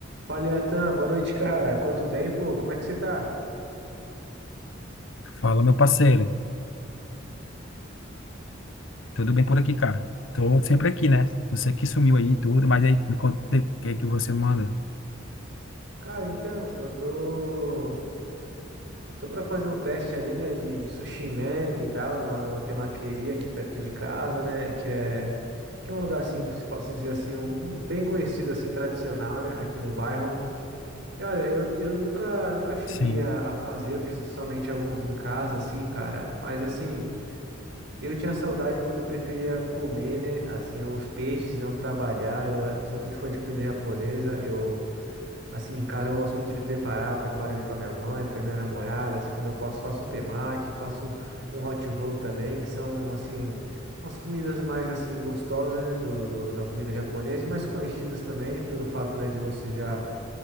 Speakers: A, on the right; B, on the left.
A: Fala, Iatan, boa noite, cara. Quanto tempo? Como é que você tá?
B: Fala, meu parceiro. Tudo bem por aqui, cara? Tô sempre aqui, né? Você que sumiu aí e tudo, mas aí me conta o que é que você manda.
A: Cara, então, eu tô. Eu tô pra fazer um teste ali, né, de, de sushi man e tal, numa, numa temaqueria aqui perto de casa, né, que é. Que é um lugar, assim, se posso dizer assim, um, bem conhecido, assim, tradicional, né, aqui no bairro. E olha, eu, eu nunca, nunca cheguei
B: Sim.
A: a, a fazer, eu fiz somente alguns em casa, assim, cara, mas assim. Eu tinha saudade quando eu preferia comer, né? Assim, os peixes, não trabalhar. Eu, eh, eu sou muito fã de comida japonesa. Eu, assim, em casa eu gosto muito de preparar. Eu preparo ali para minha mãe, para minha namorada. Assim, quando eu posso, faço um temaki, faço um hot roll também, que são, assim, umas comidas mais, assim, gostosas, né? Do, do- da comida japonesa e mais conhecidas também, pelo fato, né, de você já,